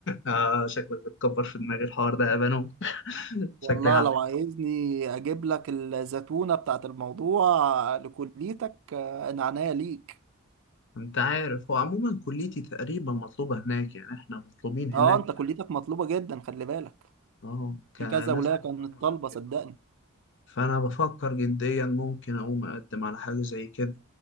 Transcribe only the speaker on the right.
والله
لو عايزني اجيب لك الزتونة بتاعت الموضوع لكليتك آه، انا عناية ليك
اه
انت كليتك مطلوبة جدا خلي بالك
في كذا ولاية
كانت طالبة
صدقني